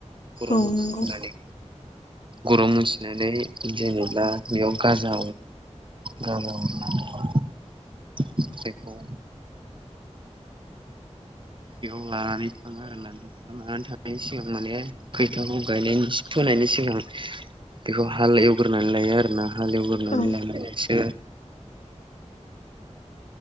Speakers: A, on the right (about 45°); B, on the left (about 80°).
A: गरं
B: औ
A: मुथिनानै
B: नंगौ
A: गरं मुथिनानै जेनेबा बेयाव गाजा गाजा हरहोनानै बेखौ बेयाव लानानै थाङो आरोना बेयाव लानानै थांनायनि सिगां माने खैथाखौ गायनायनि फोनाय बिनि सिगां बेखौ हाल एवग्रोनै लायो आरो ना हाल एवग्रोनै
B: औ
A: लानानैसो